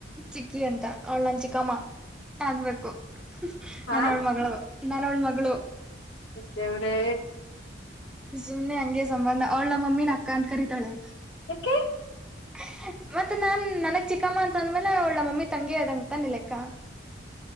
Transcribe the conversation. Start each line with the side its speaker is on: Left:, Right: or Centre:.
Centre: ಚಿಕ್ಕಿ ಅಂತ ಅವಳ ನನ್ನ ಚಿಕ್ಕಮ್ಮ.. ಆಗ್ಬೇಕು
Left: ಹಾ
Centre: ನಾನ ಅವಳ್ ಮಗಳು ನನ್ನ ಅವಳ್ ಮಗಳು.
Left: ದೇವ್ರೇ
Centre: ಸುಮ್ನೆ ಹಂಗೆ ಸಂಬಂಧ ಅವಳ ನಮ್ಮ ಮಮ್ಮಿನ ಅಕ್ಕ ಅಂತ ಕರಿತಾಳೆ.
Left: ಯಾಕೆ
Centre: <unintelligible> ಮತ್ತ ನಾನ್ ನನಗ್ ಚಿಕ್ಕಮ್ಮ ಅಂತ ಅಂದ್ಮೇಲೆ ಅವಳ ಮಮ್ಮಿ ತಂಗಿ ಅದಂಗ ತಾನೆ ಲೆಕ್ಕಾ.